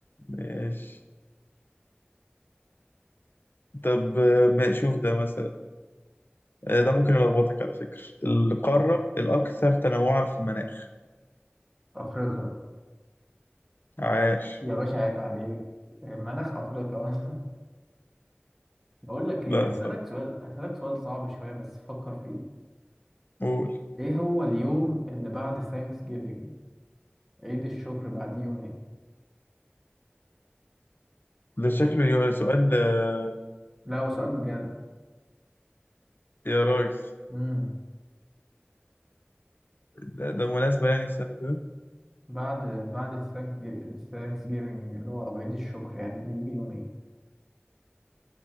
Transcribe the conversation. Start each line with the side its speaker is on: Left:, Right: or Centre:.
Left: ماشي طب آه، ما شوف ده مثلا آه، ده ممكن يلخبطك على فكرة القارة الأكثر تنوعا في المناخ
Centre: افريقيا
Left: عاش
Centre: يا باشا عيب عليك مناخ افريقيا <laughs> بقول لك ايه
Left: لا
Centre: هسألك
Left: صح
Centre: سؤال هسألك سؤال صعب شوية بس فكر فيه
Left: قول
Centre: ايه هو اليوم اللي بعد ثانكس جيفنج عيد الشكر بعد يومين
Left: ده شكله يو- سؤال آه،
Centre: لا هو سؤال بجد
Left: يا راجل
Centre: امم
Left: ده, ده مناسبة يعني استنى كده
Centre: بعد بعد الثانكس جيفنج اللي هو أو عيد الشكر يعني بيجي يومين